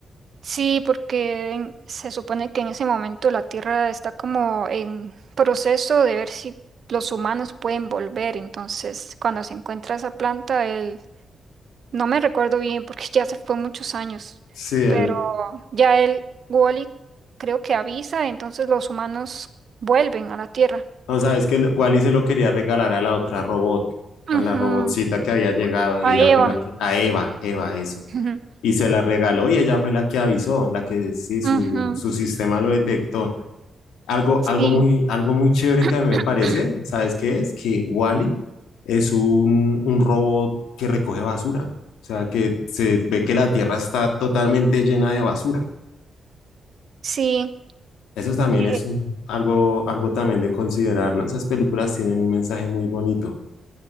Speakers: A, on the right (about 65°); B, on the left (about 85°).
A: Sí, porque en- se supone que en ese momento la Tierra está como en proceso de ver si los humanos pueden volver. Entonces, cuando se encuentra esa planta, él, no me recuerdo bien porque <laughs> ya se fue muchos años,
B: Sí, él,
A: pero ya él, Wally, creo que avisa, entonces los humanos vuelven a la Tierra.
B: no sabes que Wally se lo quería regalar a la otra robot,
A: Ujú,
B: a la robotcita que había llegado y
A: A
B: ella
A: Eva.
B: fue la que, a Eva, Eva, eso.
A: <laughs>
B: y se la regaló y ella fue la que avisó, la que sí, su,
A: Ujú,
B: su sistema lo detectó. Algo, algo
A: Sí,
B: muy, algo muy chévere que
A: <clears throat>
B: a mí me parece, ¿sabes qué es? Que Wall-E es un, un robot que recoge basura, o sea, que se ve que la Tierra está totalmente llena de basura.
A: sí.
B: Eso también
A: eh,
B: es un- algo, algo también de considerar, ¿no? Esas películas tienen un mensaje muy bonito.